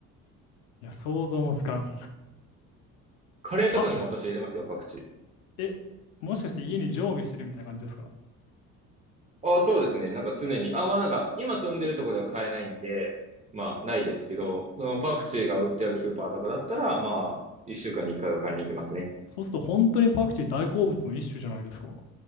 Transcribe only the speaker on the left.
いや、想像もつかん。
パ、
え、もしかして家に常備してるみたいな感じですか
そうすると本当にパクチー大好物の一種じゃないですか。